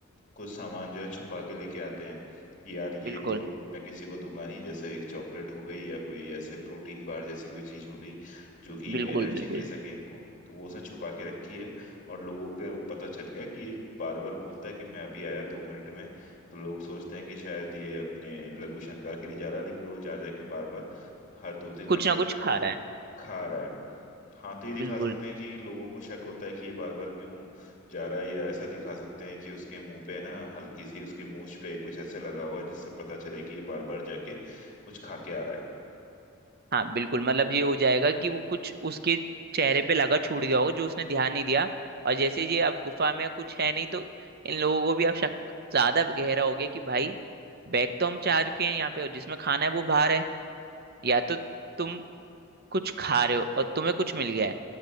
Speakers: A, on the left (about 35°); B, on the right (about 45°).
A: कुछ सामान जो है छुपा के लेके आते हैं कि यार ये
B: बिल्कुल
A: तो मैं किसी को दूंगा नहीं जैसे एक चॉकलेट हो गई या कोई ऐसे प्रोटीन बार जैसी कोई चीज हो गई जो कि
B: बिल्कुल
A: एनर्जी
B: बिल्कुल
A: दे सके इनको तो वो उसने छुपा के रखी है और लोगों को पता चल गया कि ये बार बार बोलता है कि मैं अभी आया दो मिनट में तो लोग सोचते हैं कि शायद ये अपने लघु शंका के लिए जा रहा है लेकिन वो जा जा के बार बार हर दो तीन घंटे
B: कुछ ना कुछ
A: में जो
B: खा रहा है
A: खा रहा है हाँ तो ये दिखा
B: बिल्कुल
A: सकते हैं कि लोगों को शक होता है कि ये बार बार क्यों जा रहा है या ऐसा दिखा सकते हैं कि उसके मुंह पे ना हल्की सी उसकी मूछ पे कुछ ऐसे लगा हुआ है जिससे पता चले कि ये बार बार जाके कुछ खा के आ रहा है
B: हाँ बिल्कुल मतलब ये हो जाएगा कि वो कुछ उसके चेहरे पे लगा छूट गया होगा जो उसने ध्यान नहीं दिया और जैसे ये अब गुफा में कुछ है नहीं तो इन लोगों को भी अब शक ज्यादा गहरा हो गया कि भाई बैग तो हम चार के हैं यहाँ पे और जिसमें खाना है वो बाहर है या तो तुम कुछ खा रहे हो और तुम्हें कुछ मिल गया है